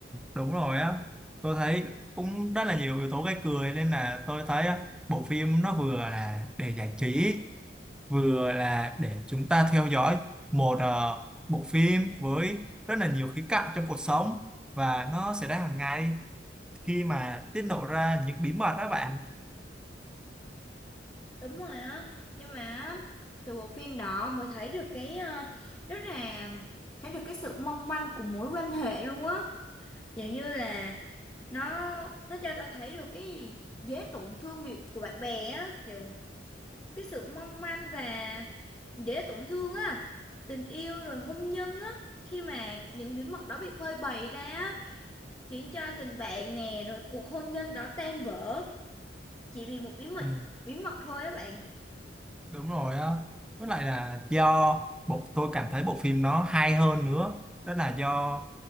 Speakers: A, in the centre; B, on the left.
A: đúng rồi á tôi thấy cũng rất là nhiều yếu tố gây cười nên là tôi thấy á, bộ phim nó vừa là để giải trí vừa là để chúng ta theo dõi một ờ, bộ phim với rất là nhiều khía cạnh trong cuộc sống và nó xảy ra hàng ngày khi mà tiết lộ ra những bí mật đó bạn
B: đúng rồi á nhưng mà từ bộ phim đó mới thấy được cái ờ, rất là thấy được cái sự mong manh của mối quan hệ luôn á kiểu như là nó nó cho ta thấy được cái gì dễ tổn thương bị- của bạn bè á kiểu cái sự mong manh và dễ tổn thương á tình yêu rồi hôn nhân á khi mà những bí mật đó bị phơi bày ra á, khiến cho tình bạn nè rồi cuộc hôn nhân đó tan vỡ chỉ vì một bí mật
A: ừ.
B: bí mật thôi á bạn
A: Đúng rồi á. Với lại là do bộ tôi cảm thấy bộ phim nó hay hơn nữa. Đó là do